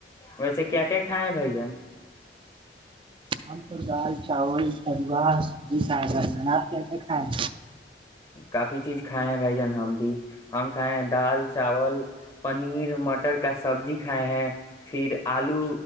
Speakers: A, on the left; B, on the right.
A: ویسے کیا کیا کھائے ہیں بھائی جان
B: ہم تو دال چاول تلوا سبزی کھائے گا نان آپ کیسے کھائےیں
A: کافی چیز کھائے ہیں بھ جان ہم بھی ہم کھائے ہیں دال چاول پنیر مٹر کا سبزی کھائے ہیں پھر آلو